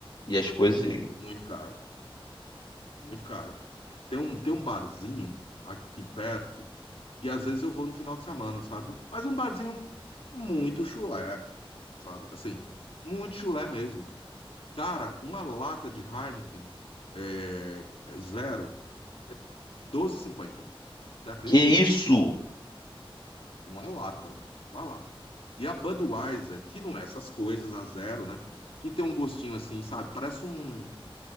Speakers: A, on the left; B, on the left.
A: E as coisas.
B: Mu- Muito, caro. Muito caro. Tem um, tem um barzinho aqui perto que às vezes eu vou no final de semana, sabe? Mas um barzinho muito chulé, sabe? Assim, muito chulé mesmo. Cara, uma lata de Heineken é, zero, doze e cinquenta Você acredita?
A: Que isso?
B: Uma lata, velho. Uma lata. E a Budweiser, que não é essas coisas, a zero, né? Que tem um gostinho assim, sabe? Parece um.